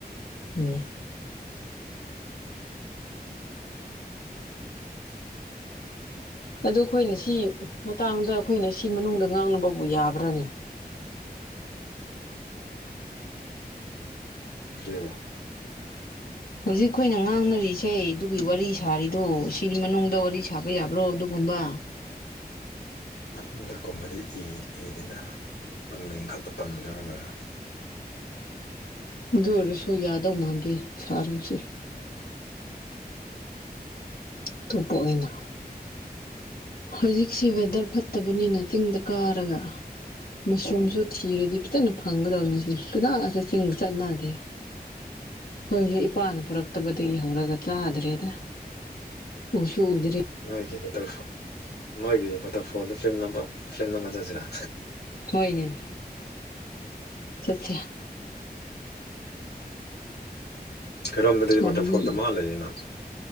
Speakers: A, on the left (about 65°); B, on the left (about 80°).
A: ꯎꯝ ꯑꯗꯨ ꯈꯣꯏꯅ ꯁꯤ ꯃꯇꯥꯡꯗ ꯑꯈꯣꯏꯅ ꯁꯤ ꯃꯅꯨꯡꯗ ꯉꯥꯡꯅꯕꯕꯨ ꯌꯥꯕ꯭ꯔꯥꯅꯦ
B: ꯀꯤꯔꯩꯕ
A: ꯍꯧꯖꯤꯛ ꯑꯩꯈꯣꯏꯅ ꯉꯥꯡꯅꯔꯤꯁꯦ ꯑꯗꯨꯒꯤ ꯋꯥꯔꯤ ꯁꯥꯔꯤꯗꯣ ꯁꯤꯒꯤ ꯃꯅꯨꯡꯗ ꯋꯥꯔꯤ ꯁꯥꯕ ꯌꯥꯕ꯭ꯔꯣ ꯑꯗꯨꯒꯨꯝꯕ
B: ꯅꯠꯇ꯭ꯔꯀꯨꯝꯕꯗꯤ ꯏꯗ ꯏꯗꯦꯅ ꯃꯃꯤꯡꯈꯛꯇ ꯄꯟꯗ꯭ꯔꯒ ꯂꯣꯏꯔꯦ
A: ꯑꯗꯨ ꯑꯣꯏꯔꯁꯨ ꯌꯥꯗꯧ ꯃꯥꯟꯗꯦ ꯁꯥꯔꯣꯏꯁꯦ ꯑꯇꯣꯞꯄ ꯑꯣꯏꯅ ꯍꯧꯖꯤꯛꯁꯦ ꯋꯦꯗꯔ ꯐꯠꯇꯕꯅꯤꯅ ꯆꯤꯡꯗ ꯀꯥꯔꯒ ꯃꯁꯔꯨꯝꯁꯨ ꯊꯤꯔꯗꯤ ꯐꯖꯅ ꯐꯪꯒꯗꯕꯅꯤ ꯁꯤꯅꯤ ꯀꯗꯥꯗꯁꯨ ꯆꯤꯡ ꯆꯠꯅꯗꯦ ꯍꯣꯏ ꯍꯣꯏ ꯏꯄꯥꯅ ꯄꯨꯔꯛꯇꯕꯗꯒꯤꯗꯒꯤ ꯍꯧꯧꯔꯒ ꯆꯥꯗ꯭ꯔꯦꯗ ꯎꯁꯨ ꯎꯗꯔꯤ
B: ꯃꯣꯏꯒꯤ ꯕꯇꯔꯐ ꯃꯣꯏꯒꯤ ꯕꯇꯔꯐꯣꯜꯗ ꯁꯦꯝꯅꯕ ꯁꯦꯝꯅꯕ ꯆꯠꯁꯤꯔ
A: ꯍꯣꯏꯅꯦ ꯁꯠꯁꯤꯌ
B: ꯈꯔꯃꯗꯤ
A: ꯂꯝꯕꯤ
B: ꯋꯥꯇꯔꯐꯣꯜ ꯗꯃꯥ ꯂꯩꯌꯦꯅ